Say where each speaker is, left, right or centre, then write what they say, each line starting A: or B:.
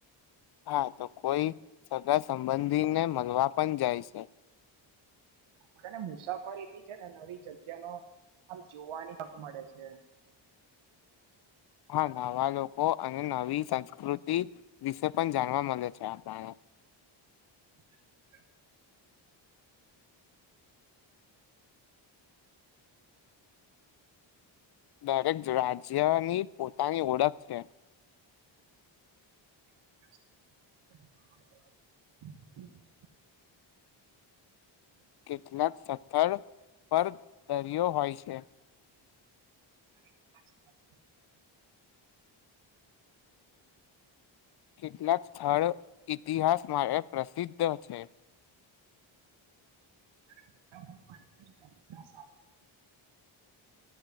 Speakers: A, on the left; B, on the right.
A: હા તો કોઈ સગાસંબંધીને મળવા પણ જાય છે.
B: મારેને મુસાફરીની છેને નવી જગ્યા નો આમ જોવાની તક મળે છે.
A: હા નવાલોકો અને નવી સંસ્કૃતિ વિશે પણ જાણવા મળે છે આપણને. <inaudible>
B: <inaudible>
A: દરેક રાજ્યની પોતાની ઓળખ છે.
B: <inaudible>
A: કેટલાંક સ્થળ પર દરિયો હોય છે.
B: <inaudible>
A: કેટલાંક સ્થળ ઇતિહાસ માટે પ્રસિદ્ધ છે.
B: <unintelligible>